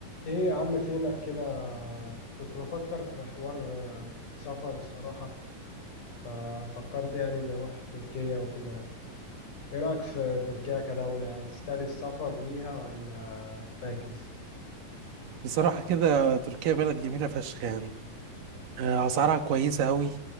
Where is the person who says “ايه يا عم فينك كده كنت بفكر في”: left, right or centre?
Left